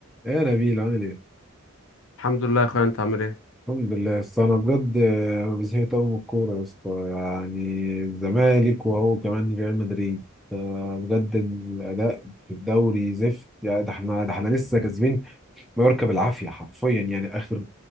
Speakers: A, in the centre; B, on the left.
A: يا نبيل عامل ايه؟
B: الحمد لله يا اخويا انت عامل ايه
A: الحمد لله بس انا بجد آه، زهقت قوي من الكوره يا اسطى يعني الزمالك وهو كمان ريال مدريد آه، بجد الاداء في الدوري زفت يعني ده احنا ده احنا لسه كاسبين مايوركا بالعافيه حرفيا يعني اخر